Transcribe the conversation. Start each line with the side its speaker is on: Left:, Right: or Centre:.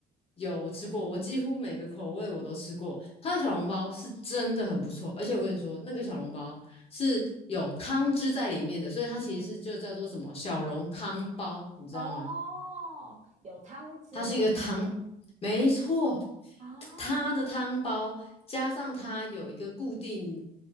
Left: 有，我吃过，我几乎每个口味我都吃过。它的小笼包是真的很不错，而且我跟你说，那个小笼包是有汤汁在里面的，所以它其实是就叫做什么小笼汤包，你知道吗？
Right: 哦，有汤汁哦。
Left: 它是一个汤，没错，
Right: 啊，
Left: 它的汤包加上它有一个固定，